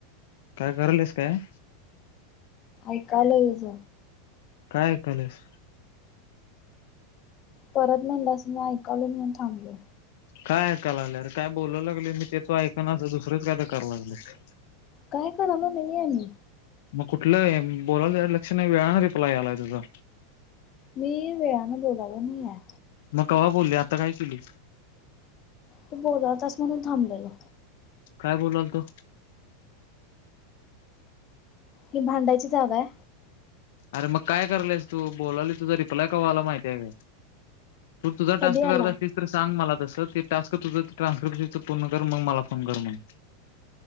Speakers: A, on the left (about 70°); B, on the left (about 35°).
A: काय कारल्यास काय.
B: ऐकायलोय तुज
A: काय ऐकाल्यास.
B: परत म्हणलास म ऐकाल म्हणून थांबलो.
A: काय ऐकायला लागलं अर काय बोला लागले मी ते तू ऐक असं दुसरंच काय तर कराला लागल्यास
B: काय करालोय नाही आहे मी
A: मग कुठलं बोलायला त्या लक्ष नाही वेळाने रिप्लाय यालय तुझा.
B: मी वेळाने बोलाला नाही आहे
A: मग कवा बोलले आता काय केली.
B: तू बोला तस म्हणून थांबलेलो
A: काय बोलाल तो.
B: हि भांडायची जागा आहे.
A: अरे मग काय करलयस तू बोलाली तुझा रिप्लाय कवा आलाय माहिती आहे काय तू तुझा
B: कधी
A: टास्क
B: आला
A: करत असीलस तर सांग मला. तस ते टास्क तुझं ट्रान्स्क्रिप्शन पूर्ण कर मग मला फोन कर म्हण